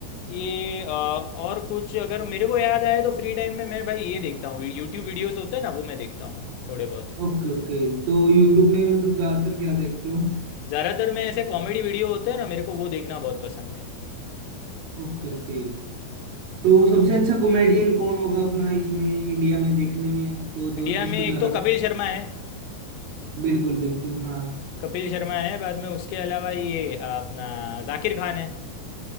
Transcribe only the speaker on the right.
ओके ओके तो यूट्यूब में मतलब ज्यादातर क्या देखते हो
ओके ओके तो सबसे अच्छा कॉमेडियन कौन होगा अपना इसमें इंडिया में देखने में तो जो
जिसको
ज्यादा
बिल्कुल बिल्कुल हाँ